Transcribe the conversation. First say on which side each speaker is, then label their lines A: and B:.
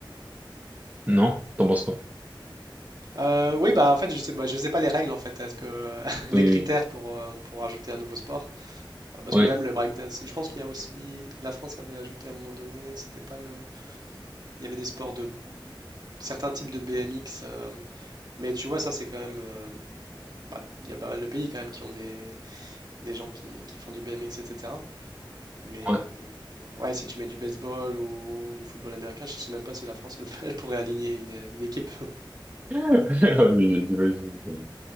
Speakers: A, on the right; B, on the right.
A: Non? T'en penses quoi?
B: Euh, oui, bah en fait, je sais, bah, je sais pas les règles en fait. Est-ce que <laughs>
A: Oui.
B: les
A: oui,
B: critères
A: oui.
B: pour euh, pour ajouter un nouveau sport? Euh, Parce
A: Ouais,
B: que même le breakdance, je pense qu'il y a aussi. La France avait ajouté à un moment donné. C'était pas le. Il y avait des sports de certains types de BMX. euh, mais tu vois, ça c'est quand même. euh, bah, il y a pas mal de pays quand même qui ont des des gens qui qui font du BMX, etc. Mais
A: ouais.
B: ouais, si tu mets du baseball ou du football américain, je sais même pas si la France elle, <laughs> elle pourrait aligner une, une équipe. <laughs>
A: <laughs> Ouais, j'imagine, j'imagine.